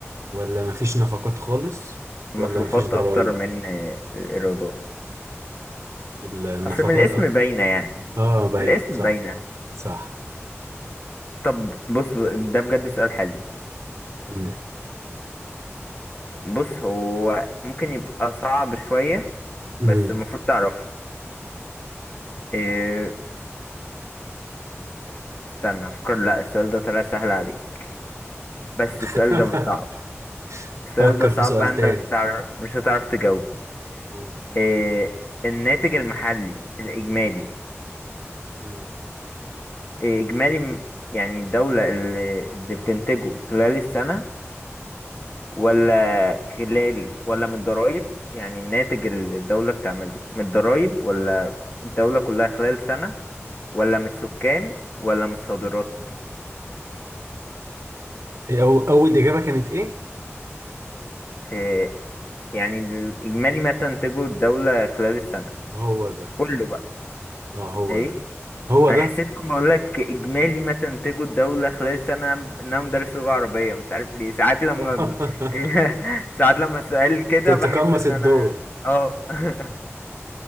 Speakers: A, on the right; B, on the left.
A: ولا مفيش نفقات خالص
B: المصروفات
A: ولا مفيش ضرائب
B: أكتر من آه، الإيرادات
A: النفقات
B: أصل من الاسم
A: اكتر
B: باينة يعني
A: اه باين
B: الاسم
A: صح
B: باينة
A: صح
B: طب بص ده بجد سؤال حلو
A: مم.
B: بص هو ممكن يبقى صعب شوية
A: مم.
B: بس المفروض تعرفه إيه استنى هفكر لا السؤال ده طلع سهل عليك بس
A: <laughs>
B: السؤال ده صعب السؤال
A: فكر
B: ده صعب
A: في سؤال
B: بقى انت
A: تاني
B: مش هتعرف مش هتعرف تجاوبه
A: قول.
B: إيه الناتج المحلي الإجمالي
A: مم.
B: إيه إجمالي م- يعني الدولة اللي اللي بتنتجه خلال السنة ولا خلال ولا من الضرايب يعني الناتج اللي الدولة بتعمله من الضرايب ولا الدولة كلها خلال سنة ولا من السكان ولا من الصادرات
A: إيه أو أول إجابة كانت إيه؟
B: إيه يعني الإجمالي ما تنتجه الدولة خلال السنة
A: هو ده
B: كله بقى
A: اه هو
B: إيه
A: ده هو
B: أنا
A: ده
B: حسيت لما بقول لك إجمالي ما تنتجه الدولة خلال السنة إن أنا مدرس لغة عربية مش عارف ليه ساعات لما
A: <laughs>
B: ب... <laughs> ساعات لما السؤال كده
A: تتقمص
B: بحس إن
A: الدور
B: أنا اه <laughs>